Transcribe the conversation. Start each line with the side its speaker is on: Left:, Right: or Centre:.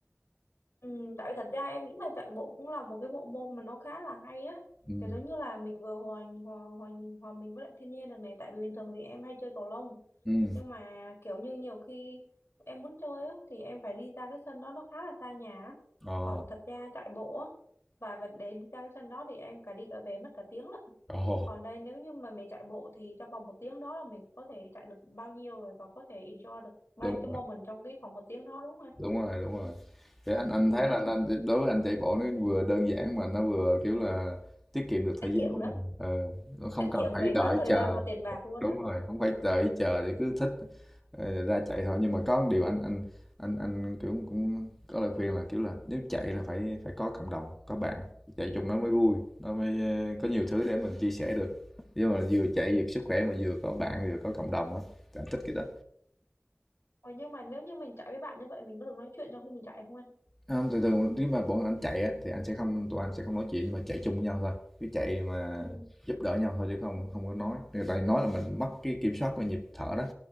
Left: Ừ, tại vì thật ra em nghĩ là chạy bộ cũng là một cái bộ môn mà nó khá là hay á
Centre: ừ
Left: kiểu giống như là mình vừa hòa hòa hòa, hòa mình với lại thiên nhiên được này tại vì bình thường thì em hay chơi cầu lông
Centre: ừ
Left: nhưng mà kiểu như nhiều khi em muốn chơi á thì em phải đi ra cái sân đó nó khá là xa nhà á.
Centre: ờ
Left: còn thật ra chạy bộ á và và để đi ra cái sân đó thì em cả đi cả về mất cả tiếng lận
Centre: ồ
Left: còn đây nếu như mà mình chạy bộ thì trong vòng một tiếng đó là mình có thể chạy được bao nhiêu rồi và có thể enjoy được bao
Centre: đúng
Left: nhiêu cái moment trong cái khoảng một tiếng đó đúng không em?
Centre: đúng rồi đúng rồi thì anh anh
Left: ừ.
Centre: thấy là anh đối với anh chạy bộ nó vừa đơn giản mà nó vừa kiểu là tiết kiệm được
Left: tiết
Centre: thời
Left: kiệm
Centre: gian của
Left: nữa
Centre: mình ờ, nó không
Left: tiết
Centre: cần
Left: kiệm
Centre: phải
Left: về
Centre: đợi
Left: cả thời
Centre: chờ
Left: gian và tiền bạc luôn
Centre: đúng
Left: á
Centre: rồi không phải đợi chờ thì cứ thích ờ, ra chạy thôi nhưng mà có một điều anh anh anh anh kiểu cũng có lời khuyên là kiểu là nếu chạy là phải phải có cộng đồng có bạn chạy chung nó mới vui nó mới ờ, có nhiều thứ để mình chia sẻ được nhưng mà vừa chạy vừa sức khỏe mà vừa có bạn vừa có cộng đồng á thì anh thích cái đó
Left: Ờ, nhưng mà nếu như mình chạy với bạn như vậy mình có được nói chuyện trong khi mình chạy không anh
Centre: Không, thường thường nếu mà bọn anh chạy á, thì anh sẽ không tụi anh sẽ không nói chuyện nhưng mà chạy chung với nhau thôi cứ chạy mà
Left: ừ
Centre: giúp đỡ nhau thôi chứ không không có nói Tại vì nói là mình mất cái kiểm soát về nhịp thở đó